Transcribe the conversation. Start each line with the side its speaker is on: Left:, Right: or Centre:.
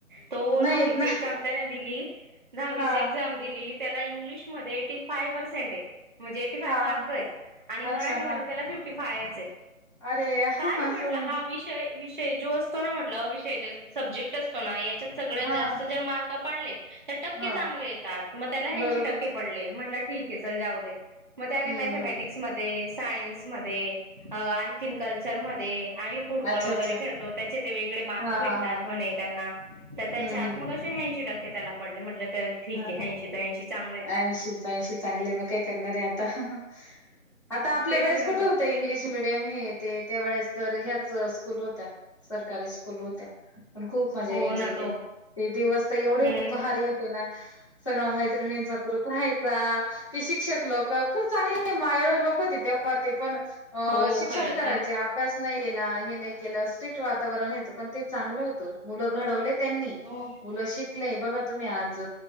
Right: तो दहावीची
Left: नाही येत ना.
Right: एक्झाम त्याने दिली दहावीची
Left: हां,
Right: एक्झाम दिली त्याला इंग्लिशमध्ये एटी फाय पर्सेंट आहे म्हणजे एटी फाय
Left: हां,
Right: मार्क
Left: हां.
Right: आहे आणि मराठीमध्ये
Left: अच्छा हां.
Right: त्याला फिफ्टी फायच आहे
Left: अरे
Right: काय नाही
Left: असं
Right: म्हटलं
Left: म्हणतो.
Right: हा विषय विषय जो असतो ना म्हटलं विषयाचा सब्जेक्ट असतो ना याच्यात सगळ्यात
Left: हां,
Right: जास्त जर मार्क पडले तर टक्के
Left: हां.
Right: चांगले येतात मग त्याला ऐंशी
Left: बरोबर.
Right: टक्के पडले म्हटलं ठीक आहे चल जाऊ दे मग त्याने
Left: हं,
Right: मॅथमॅटिक्समध्ये
Left: हं.
Right: सायन्समध्ये आणखीन कल्चरमध्ये आणि फुटबॉल
Left: अच्छा,
Right: वगैरे
Left: अच्छा.
Right: खेळतो त्याचे ते वेगळे मार्क
Left: हां,
Right: भेटतात
Left: हां, हां.
Right: म्हणे त्यांना तर त्याच्या
Left: हं,
Right: आत मग अ असे ऐंशी टक्के त्याला पडले म्हटलं तर ठीक
Left: हा
Right: आहे ऐंशी तर ऐंशी चांगले आहेत
Left: ऐंशीच ऐंशी चांगले मग काय करणार आहे आता आता आपल्या
Right: तेच
Left: वेळेस
Right: ना
Left: कुठे
Right: मग
Left: होत इंग्लिश मिीडियम हे ते त्यावेेळेस तर ह्याच स्कूल होत्या सरकारी स्कूल होत्या पण खूप मजा
Right: हो
Left: यायची
Right: ना तो
Left: तेे ते दिवस तर एवढे
Right: हम्म
Left: भारी होते ना सगळा मैत्रिणींचा ग्रुप राहायचा ते शिक्षक लोक खूप चांगली माय लोक होते तेव्हा ते पण अ
Right: हो
Left: शिक्षण
Right: खरंच
Left: करायचे
Right: हा
Left: अभ्यास नाही केला हे नाही केलं स्ट्रिक्ट वातावरण व्यायचं पण ते चांगलं होत मुलं घडवले त्यांनी
Right: हो
Left: मुलं शिकले बघा तुम्ही आज